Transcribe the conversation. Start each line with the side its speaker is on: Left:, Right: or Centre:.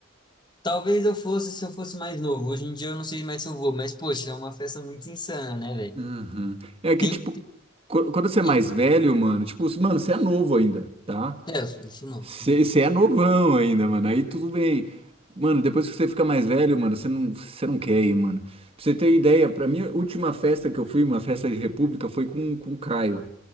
Left: talvez eu fosse se eu fosse mais novo. Hoje em dia eu não sei mais se eu vou, mas, poxa, é uma festa muito insana, né, velho?
Right: Uhum. É que,
Left: Tem,
Right: tipo,
Left: tem,
Right: qu- quando você
Left: tem-
Right: é mais velho, mano, tipo, mano, você é novo ainda, tá?
Left: É, eu sou eu sou novo.
Right: Você você é novão ainda, mano, aí tudo bem. Mano, depois que você fica mais velho, mano, você não, você não quer ir, mano. Pra você ter ideia, pra minha última festa que eu fui, uma festa de república, foi com, com o Caio,